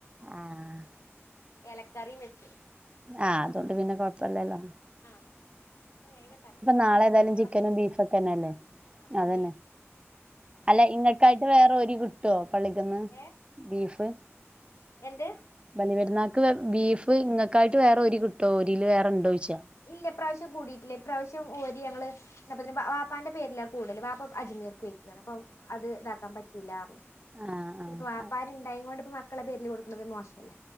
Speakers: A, on the right; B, on the left.
A: ആഹ്‌
B: എലക്കറിം വെച്ചു
A: ആഹ്‌ അതോണ്ട് പിന്നെ കൊഴപ്പ ഇല്ലല്ലോ
B: ആഹ് ഇന്ന് വേഗം തട്ടിക്കൂട്ട്നാളെ
A: നാളെ ഏതായാലും ചിക്കനും
B: തൊട്ട്
A: ബീഫൊക്കെന്നല്ലേ
B: വെറും അപ്പൊ
A: അതന്നെ
B: ഇഞ്ഞ്
A: അല്ല ഇങ്ങൾക്കായിട്ട് വേറെ
B: ഞമ്മൾ
A: ഓരീ കിട്ടുവോ പള്ളിക്കന്ന്
B: ഏ
A: ബീഫ്
B: എന്ത്
A: വലിയ പെരുന്നാക്ക് ബീഫ് ഇങ്ങക്കായിട്ട് വേറെ ഒരി കിട്ടോ ഒരില് വേറണ്ടോ ചോയ്ച്ച
B: ഇല്ല ഇ പ്രാവശ്യം കൂടിയിട്ടില്ല ഇ പ്രാവശ്യം ഓരി ഞങ്ങള് ഇന്നപ്പം വാപ്പാന്റെ പേരിലാ കൂടല് വാപ്പ അജ്മീർക്ക് വെയ്ക്കണ് അപ്പൊ അത് ഇതാക്കാൻ പറ്റൂല്ലാന്ന് പറഞ്ഞു
A: ആഹ്
B: ഇനിപ്പം വാപ്പാര്
A: ആഹ്
B: ഇണ്ടായ കൊണ്ട് ഇപ്പോ മക്കളെ പേരില് കൊടുക്കണത് മോശല്ലേ